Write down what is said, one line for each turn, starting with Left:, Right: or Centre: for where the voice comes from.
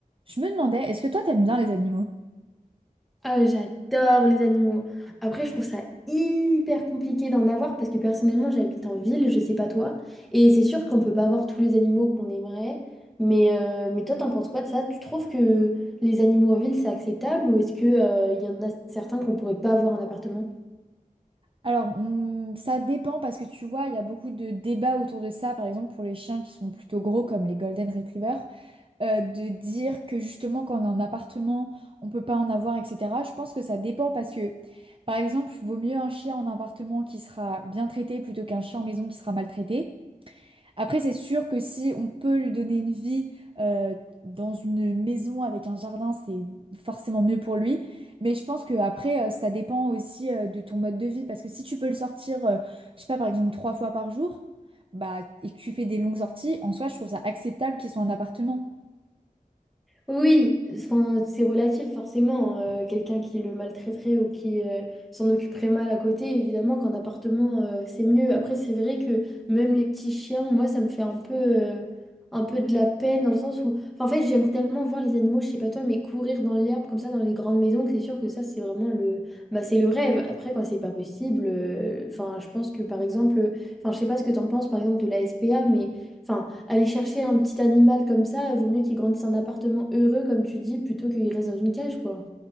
Right: Je me demandais, est-ce que toi t'aimes bien les animaux?
Centre: Ah, j'adore les animaux. Après, je trouve ça hyper compliqué d'en avoir parce que personnellement, j'habite en ville, je sais pas toi. Et c'est sûr qu'on peut pas avoir tous les animaux qu'on aimerait. Mais, euh, mais toi, t'en penses quoi de ça? Tu trouves que les animaux en ville, c'est acceptable ou est-ce que, euh, il y en a certains qu'on pourrait pas avoir en appartement?
Right: Alors, on- ça dépend parce que tu vois, il y a beaucoup de débats autour de ça, par exemple pour les chiens qui sont plutôt gros comme les Golden Retrievers, euh, de dire que justement quand on est en appartement, on peut pas en avoir, etc. Je pense que ça dépend parce que, par exemple, vaut mieux un chien en appartement qui sera bien traité plutôt qu'un chien en maison qui sera maltraité. Après, c'est sûr que si on peut lui donner une vie euh, dans une maison avec un jardin, c'est forcément mieux pour lui. Mais je pense que après, euh, ça dépend aussi euh, de ton mode de vie. Parce que si tu peux le sortir, euh, je sais pas, par exemple, trois fois par jour, bah, et que tu fais des longues sorties, en soi, je trouve ça acceptable qu'il soit en appartement.
Centre: Oui, enfin, c'est relatif forcément. euh, quelqu'un qui le maltraiterait ou qui euh, s'en occuperait mal à côté, évidemment qu'en appartement, euh, c'est mieux. Après, c'est vrai que même les petits chiens, moi, ça me fait un peu, euh, un peu de la peine dans le sens où, enfin, en fait, j'aime tellement voir les animaux, je sais pas toi, mais courir dans l'herbe comme ça dans les grandes maisons, que c'est sûr que ça, c'est vraiment le, bah, c'est le rêve. Après, quand c'est pas possible, euh, enfin, je pense que par exemple, enfin, je sais pas ce que t'en penses par exemple de la SPA, mais enfin. Aller chercher un petit animal comme ça, vaut mieux qu'il grandisse en appartement heureux, comme tu dis, plutôt qu'il reste dans une cage, quoi.